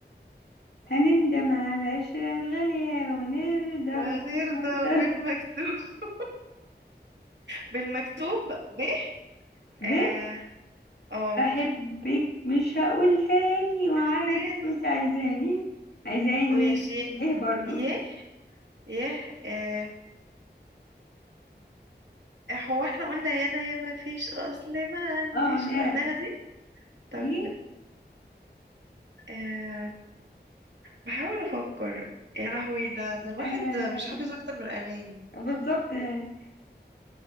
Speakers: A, on the left; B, on the right.
A: هنندم على العشرة الغالية ونرضى
B: ونرضى
A: بالمرضى
B: بالمكتوب <laughs> بالمكتوب ب
A: <laughs> ب
B: اه اه
A: بحبك مش هقول تاني وعايز
B: بالتاني
A: كنت عايزاني عايزاني
B: ماشي
A: ليه برضو
B: يه يه اه هو احنا قلنا يانا يا ما فيش اصل ما عنديش
A: اه لا
B: قلناها دي طب
A: ايه
B: أه بحاول أفكر يا لهوي ده ده الواحد
A: آه
B: مش حافظ أكتر من الأغاني
A: بالظبط يعني